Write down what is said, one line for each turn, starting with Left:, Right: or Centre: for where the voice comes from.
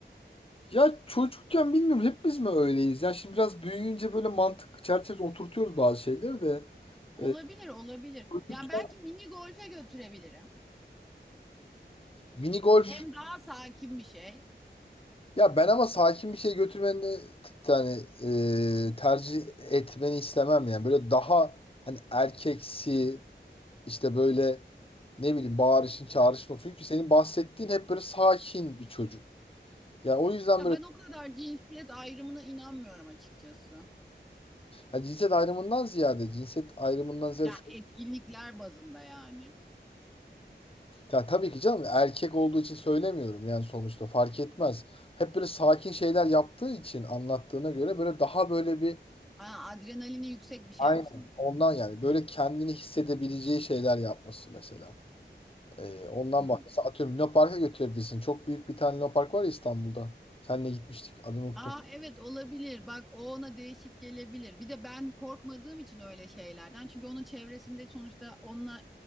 Left: Ya çocukken bilmiyorum hepimiz mi öyleyiz? Ya şimdi biraz büyüyünce böyle mantık çerçevesine oturtuyoruz bazı şeyleri de.
Centre: Olabilir,
Left: Ee,
Centre: olabilir.
Left: çocukken
Centre: Yani belki mini golfe götürebilirim.
Left: mini golf
Centre: Hem daha sakin bir şey.
Left: ya ben ama sakin bir şey götürmeni t- yani e, tercih etmeni istemem yani. Böyle daha hani erkeksi İşte böyle ne bileyim bağırışın çağrışın o. Çünkü senin bahsettiğin hep böyle sakin bir çocuk. Ya o yüzden
Centre: Ya
Left: böyle
Centre: ben o kadar cinsiyet ayrımına inanmıyorum açıkçası.
Left: yani cinsiyet ayrımından ziyade cinsiyet ayrımından ziyade
Centre: Ya
Left: şu.
Centre: etkinlikler bazında yani.
Left: Ya tabii ki canım erkek olduğu için söylemiyorum yani sonuçta fark etmez. Hep böyle sakin şeyler yaptığı için anlattığına göre böyle daha böyle bir
Centre: Ha, adrenalini yüksek bir şey
Left: aynen
Centre: yapsın diyorsun.
Left: ondan yani böyle kendini hissedebileceği şeyler yapması mesela. Ee, ondan
Centre: Hmm.
Left: bahsediyorum. Atıyorum Luna Park'a götürebilirsin. Çok büyük bir tane Luna Park var ya İstanbul'da. Seninle gitmiştik. Adını unuttum.
Centre: Aa evet olabilir. Bak o ona değişik gelebilir. Bir de ben korkmadığım için öyle şeylerden. Çünkü onun çevresinde sonuçta onunla